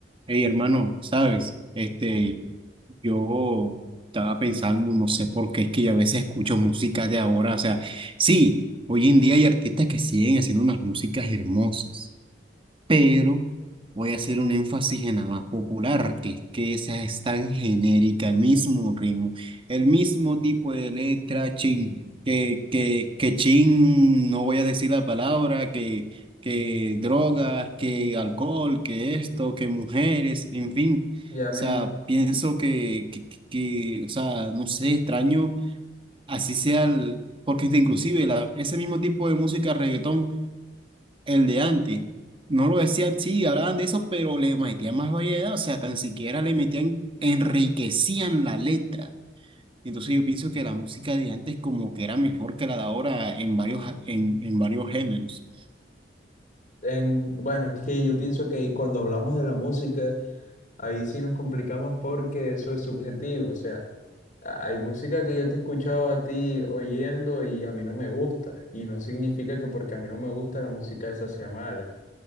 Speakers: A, on the right; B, on the left.
A: Hey, hermano, sabes, este, yo estaba pensando, no sé por qué es que yo a veces escucho música de ahora, o sea, sí, hoy en día hay artistas que siguen haciendo unas músicas hermosas, pero voy a hacer un énfasis en la más popular, que es que esa es tan genérica, el mismo ritmo, el mismo tipo de letra, chin, que, que, que chin, no voy a decir la palabra, que, que drogas, que alcohol, que esto, que mujeres, en fin.
B: Ya
A: O
B: me,
A: sea,
B: ima-
A: pienso que, que, que- que, o sea, no sé, extraño, así sea el, porque inclusive la, ese mismo tipo de música, reggaetón, el de antes. No lo decían, sí, hablaban de eso, pero le metían más variedad, o sea, tan siquiera le metían, enriquecían la letra. Entonces yo pienso que la música de antes como que era mejor que la de ahora en varios, a- en, en varios géneros.
B: en, bueno, es que yo pienso que cuando hablamos de la música, ahí sí nos complicamos porque eso es subjetivo. O sea, a- hay música que yo te he escuchado a ti oyendo y a mí no me gusta. Y no significa que porque a mí no me gusta la música esa sea mala.